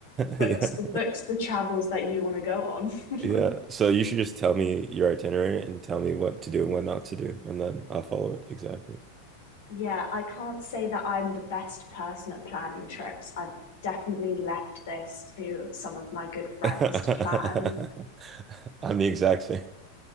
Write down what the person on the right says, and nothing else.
Yeah.
Yeah.
So you should just tell me your itinerary and tell me what to do and what not to do, and then I'll follow it exactly.
<laughs>
I'm the exact same.